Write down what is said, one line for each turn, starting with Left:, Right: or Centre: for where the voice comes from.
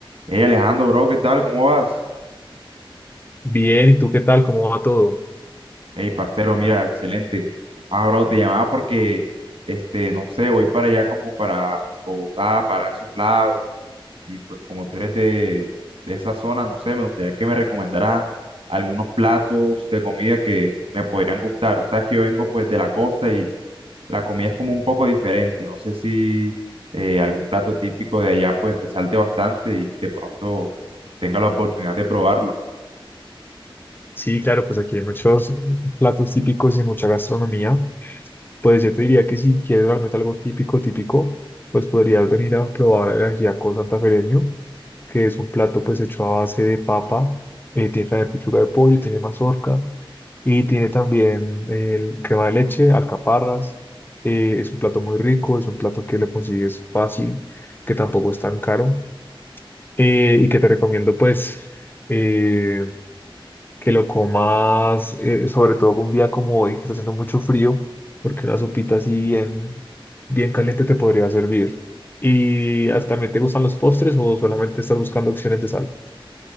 Right: Hey Alejandro, bro, ¿qué tal? ¿Cómo vas?
Left: Bien, ¿y tú qué tal? ¿Cómo va todo?
Right: Hey, parcero, mira, excelente. Ah, bro, te llamaba porque, este, no sé, voy para allá como para Bogotá, para esos lados. Y pues como tú eres de, de esa zona, no sé, me gustaría que me recomendaras algunos platos de comida que me podrían gustar. Sabes que yo vengo pues de la costa y la comida es como un poco diferente. No sé si eh, algún plato típico de allá pues resalte bastante y de pronto tenga la oportunidad de probarlo.
Left: Sí, claro, pues aquí hay muchos platos típicos y mucha gastronomía. Pues yo te diría que si quieres realmente algo típico, típico, pues podrías venir a probar el ajiaco santafereño, que es un plato pues hecho a base de papa, eh, tiene también pechuga de pollo, tiene mazorca y tiene también el crema de leche, alcaparras. Eh, es un plato muy rico, es un plato que lo consigues fácil, que tampoco es tan caro eh, y que te recomiendo pues... eh, que lo comas, eh, sobre todo un día como hoy, que está haciendo mucho frío, porque una sopita así bien, bien caliente te podría servir. ¿Y hasta también te gustan los postres o solamente estás buscando opciones de sal?